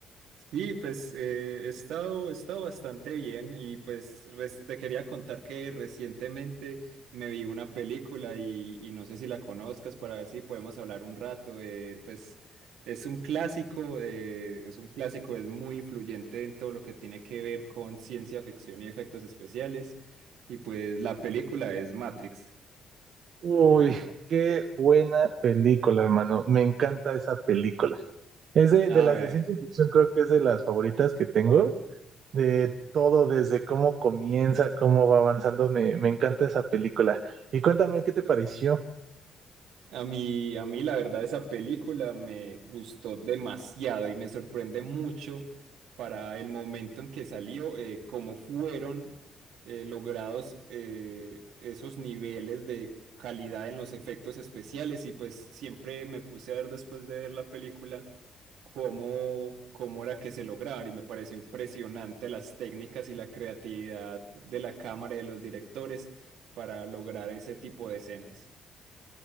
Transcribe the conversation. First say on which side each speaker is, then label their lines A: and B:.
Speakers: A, on the right; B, on the right.
A: Sí, pues eh, he estado, he estado bastante bien y pues res- te quería contar que recientemente me vi una película y, y no sé si la conozcas para ver si podemos hablar un rato. eh, pues es un clásico, eh, es un clásico, es muy influyente en todo lo que tiene que ver con ciencia ficción y efectos especiales y pues la película es Matrix.
B: Uy, qué buena película, hermano. Me encanta esa película. Es de,
A: A
B: de las
A: ver.
B: de ciencia ficción, creo que es de las favoritas que tengo, de todo, desde cómo comienza, cómo va avanzando, me, me encanta esa película. Y cuéntame, ¿qué te pareció?
A: A mí, a mí la verdad esa película me gustó demasiado y me sorprende mucho para el momento en que salió, eh, cómo fueron eh, logrados eh, esos niveles de calidad en los efectos especiales y pues siempre me puse a ver después de ver la película cómo, cómo era que se lograban y me pareció impresionante las técnicas y la creatividad de la cámara y de los directores para lograr ese tipo de escenas.